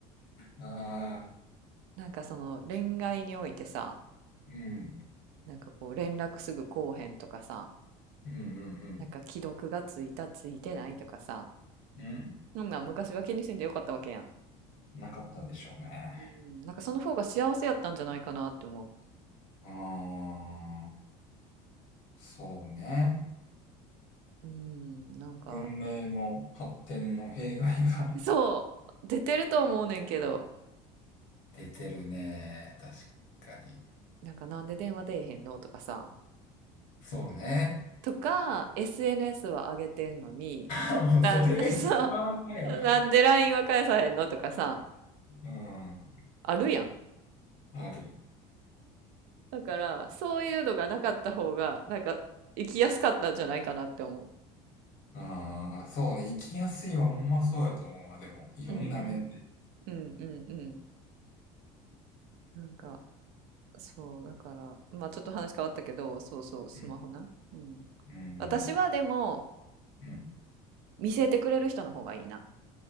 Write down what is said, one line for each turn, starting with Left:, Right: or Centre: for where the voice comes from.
Left: ああ、
Right: なんかその恋愛においてさ、
Left: うん。
Right: なんかこう連絡すぐこうへんとかさ、
Left: うんうんうん。
Right: なんか既読がついたついてないとかさ、
Left: うん。
Right: そんなん昔は気にせんでよかったわけやん。
Left: なかったでしょうね。
Right: うん、なんかその方が幸せやったんじゃないかなって思
Left: ああ、そうね。
Right: う。うん、なんか、
Left: 文明の発展の弊害が
Right: そう、出てると思うねんけど、
Left: <laughs> 出てるね。確かに。
Right: なんかなんで電話出えへんのとかさ、
Left: そうね。
Right: とか、SNS は上げてんのに、
Left: あ、もうそれが一番だよな。
Right: なん <laughs> そう、なんで LINE は返さへんのとかさ、
Left: うん。
Right: あるやん。
Left: ある。
Right: だから、そういうのがなかった方が、なんか、生きやすかったんじゃないかなって思
Left: ああ、そうね。生きやすいはほんまそうやと思うわ。でも、いろんな面で。
Right: う。うんうん。うんうんうん。なんか、そう、だから、まあちょっと話変わったけど、そうそう、スマホな。
Left: うん。
Right: うん。
Left: うん。
Right: 私はでも、
Left: うん。
Right: 見せてくれる人の方がいいな。